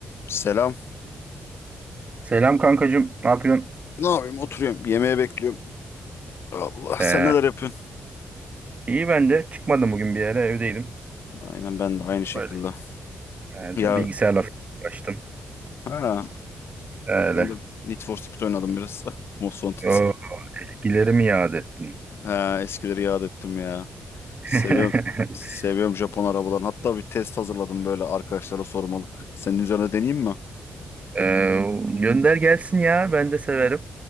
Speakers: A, on the left; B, on the right.
A: Selam.
B: Selam kankacığım. Ne yapıyorsun?
A: Ne yapayım? Oturuyorum. Yemeğe bekliyorum. Allah
B: Ee,
A: sen neler yapıyorsun?
B: iyi ben de. Çıkmadım bugün bir yere. Evdeydim.
A: Aynen ben de aynı şekilde.
B: Öyle. Yani
A: Ya
B: te- bilgisayarla falan uğraştım.
A: ha,
B: Öyle.
A: ben de Need for Speed oynadım biraz. <laughs> Most Wanted.
B: O bilgileri mi yad ettin?
A: Ha, eskileri yad ettim ya.
B: <laughs>
A: Seviyorum. Seviyorum Japon arabalarını. Hatta bir test hazırladım böyle arkadaşlara sormalık. Senin üzerine deneyeyim mi?
B: Ee, gönder gelsin ya. Ben de severim.